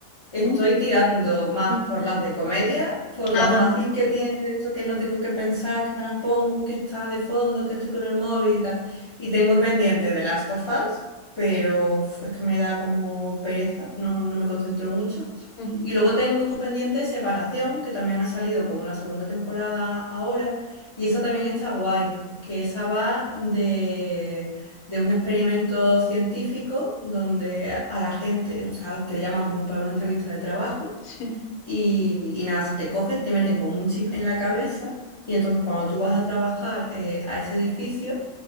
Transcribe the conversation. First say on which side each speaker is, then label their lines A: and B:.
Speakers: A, on the left; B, on the left.
A: Estoy
B: ¿No?
A: tirando más
B: Ujú.
A: por las de comedia, por lo
B: Ajá.
A: fácil que tiene esto que no tengo que pensar, que me las pongo, que está de fondo, que estoy con el móvil y tal. Y tengo pendiente de Last of Us, pero uf, es que me da como pereza, no, no me concentro mucho.
B: ujú,
A: Y luego tengo pendiente Separación, que también ha salido como la segunda temporada ahora, y esa también está guay, que esa va de, de un experimento científico donde a la gente, o sea, te llaman como para una entrevista de trabajo.
B: Sí.
A: Y, y nada, si te cogen, te meten como un chip en la cabeza y entonces cuando tú vas a trabajar eh, a ese edificio,